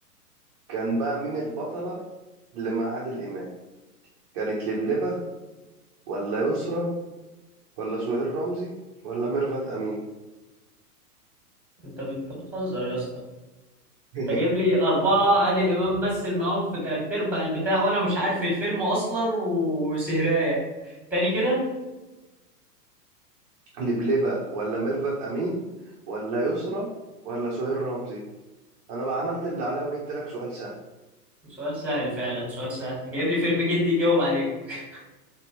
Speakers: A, on the right (about 25°); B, in the centre.
A: كان بقى مين البطله اللي مع عادل امام كانت لبلبه ولا يسرى ولا سهير رمزي ولا ميرفت امين
B: انت انت بتهزر يا اسطى
A: <laughs>
B: انت جايب لي أربعة عادل إمام مثل معاهم في تلات أرباع البتاع وأنا مش عارف الفيلم أصلا و- وسهراية تاني كده
A: لبلبة ولا ميرفت أمين ولا يسرى ولا سهير رمزي أنا بقى عملت اللي عليا وجبت لك سؤال سهل
B: سؤال سهل فعلا سؤال سهل جايب لي فيلم جدي يجاوب عليك